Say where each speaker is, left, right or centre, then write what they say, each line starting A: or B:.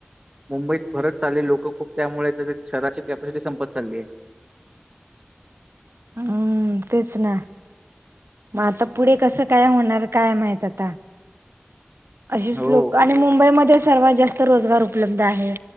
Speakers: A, on the right; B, on the right.
A: मुंबईत भरच चाललय लोक खूप त्यामुळे त्या शहराची कॅपॅसिटी संपत चालली आहे.
B: हम्म तेच ना. म आता पुढे कसं काय होणार काय माहित आता? अशीच
A: हो
B: लोक आणि मुंबईमध्ये सर्वात जास्त रोजगार उपलब्ध आहे,